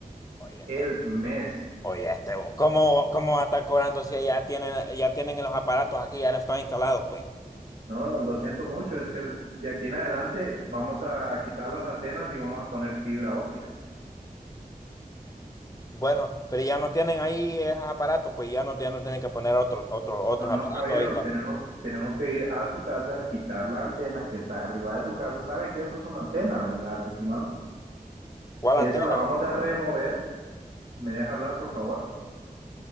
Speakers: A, on the left (about 20°); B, on the right (about 85°).
A: Oye, este,
B: el mes
A: oye, este, vos, ¿cómo, cómo va a estar cobrando si ya tienen, ya tienen los aparatos aquí, ya no están instalados, pues?
B: No, lo siento mucho, es que de aquí en adelante vamos a quitar las antenas y vamos a poner fibra óptica.
A: Bueno, pero ya no tienen ahí esos aparatos, pues ya no, ya no tienen que poner otros, otros, otros
B: No, no,
A: aparatos
B: caballero,
A: ahí.
B: tenemos, tenemos que ir a su casa, quitar la antena que está arriba de su casa. ¿Sabe que eso es una antena, verdad, estimado?
A: ¿Cuál
B: Esa
A: antena?
B: la vamos a remover. ¿Me deja hablar, por favor?